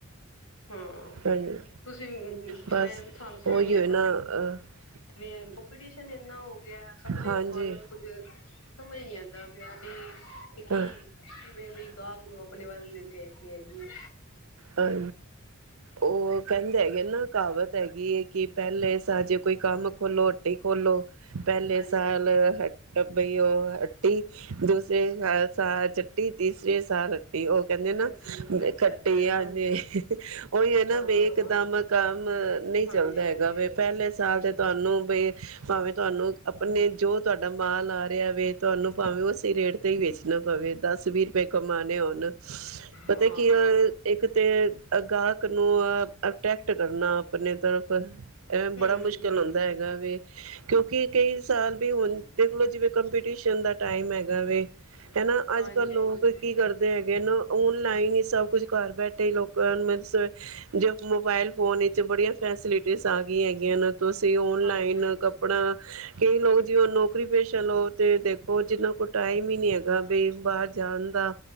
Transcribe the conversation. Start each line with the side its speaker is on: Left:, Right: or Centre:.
Left: ਹਾਂ
Right: ਹਾਂਜੀ
Left: ਤੁਸੀਂ ਮੈਂ
Right: ਬਸ
Left: ਤਾਂ ਸਾਨੂੰ ਸਮਝ
Right: ਉਹੀ
Left: ਨਹੀਂ ਆਂਦਾ।
Right: ਹੋਏ ਨਾ
Left: <unintelligible>
Right: ਅ
Left: ਕੋਪਟੀਸ਼ਨ ਐਨਾ ਹੋ ਵਿਆਹ ਸਭ ਨੇ
Right: ਹਾਂਜੀ
Left: ਦੁਕਾਨਾਂ ਕੁਝ ਸਮਝ ਨੀ ਆਦਾ ਵਿਆਹ ਵੀ ਕਿ ਕੀ
Right: ਹਾਂ
Left: ਕਿਵੇਂ ਦੀ ਗਾਹਕ ਉਹ ਆਪਨੇ ਵੱਲ ਲਈ ਲੇਕੇ ਹੈਗੀ।
Right: ਹਾਂ, ਉਹ ਕਹਿੰਦੇ ਹੈਗੇ ਨਾ ਕਹਾਵਤ ਹੈਗੀ ਐ। ਕਿ ਪਹਿਲੇ ਸਾਜੇ ਕੋਈ ਕੰਮ ਖੋਲ੍ਹੋ ਹਟੀ ਖੋਲ੍ਹੋ। ਪਹਿਲੇ
Left: ਹਾਂਜੀ
Right: ਸਾਲ ਹ ਵੀ ਔ ਹੱਟੀ, ਦੂਸਰੇ ਸਾਲ ਚੱਟੀ, ਤੀਸਰੇ ਸਾਲ ਉਹ ਕਹਿੰਦੇ ਨਾ।
Left: ਖੱਟੀ ਹੈ ਅੱਛਾ ਅੱਛਾ
Right: ਹ
Left: ਹਾਂ
Right: ਜੇ ਉਹੀ ਹੈ ਨਾ
Left: ਹਾਂ
Right: ਵੀ ਇੱਕਦਮ
Left: ਹਾਂ
Right: ਕੰਮ ਨਹੀਂ
Left: ਹਾਂਜੀ
Right: ਚੱਲਦਾ ਹੈਗਾ,
Left: ਹਾਂਜੀ
Right: ਵੀ ਪਹਿਲੇ ਸਾਲ ਦੇ ਤੁਹਾਨੂੰ ਬਈ ਭਾਵੇਂ ਤੁਹਾਨੂੰ ਆਪਣੇ ਜੋ ਤੁਹਾਡਾ ਮਾਲ ਆ ਰਿਹਾ ਵੇ ਤੁਹਾਨੂੰ ਭਾਵੇਂ ਉਸੇ ਰੇਟ ਹੀ ਵੇਚਣਾ ਪਵੇ ਦਸ- ਵੀਹ ਰੁਪਏ ਕਮਾਣੇ ਹੋਣ ਪਤਾ
Left: ਹਾਂ
Right: ਕੀ
Left: ਹਾਂ
Right: ਐ। ਅ ਗਾਹਕ ਨੂੰ ਅੱਟ੍ਰੈਕਟ ਟ ਕਰਨਾ ਆਪਣੇ ਤਰਫ ਐਵੇਂ
Left: ਹਮ
Right: ਬੜਾ ਮੁਸ਼ਕਿਲ
Left: ਹਮ
Right: ਹੁੰਦਾ ਹੈਗਾ ਵੇ ਕਿਉਂਕਿ ਕਈ ਸਾਲ ਵੀ ਹੁਣ ਦੇਖਲੋ, ਜਿਵੇਂ ਕੰਪੀਟੀਸ਼ਨ ਦਾ ਟਾਈਮ ਹੈਗਾ ਵੇ। ਹਨਾ,
Left: ਹਾਂਜੀ
Right: ਅੱਜ- ਕੱਲ੍ਹ ਲੋਕ
Left: ਹਾਂਜੀ
Right: ਕੀ ਕਰਦੇ ਐ ਔਨਲਾਈਨ ਹੀ ਸਭ ਕੁਛ ਘਰ ਬੈਠੇ ਹੀ ਲੋਕਾਂ ਨੂੰ ਮਤਲ ਜੇ ਮੋਬਾਇਲ ਫੋਨ ਵਿੱਚ ਬੜੀਆਂ, ਫੈਸਿਲਿਟੀਜ਼ ਆ ਗਈਆਂ ਹੈਗੀਆਂ ਨੇ ਤੁਸੀਂ ਔਨਲਾਈਨ
Left: ਹਾਂਜੀ ਹਾਂਜੀ
Right: ਕੱਪੜਾ ਕਈ ਲੋਕ ਜਿਉਂ ਨੌਕਰੀ ਪੇਸ਼ਾ ਲਓ, ਤੇ ਦੇਖੋ ਜਿੰਨਾ ਕੋਲ ਟਾਈਮ ਹੀ ਨੀ ਹੈਗਾ ਬ ਬਾਹਰ ਜਾਣ ਦਾ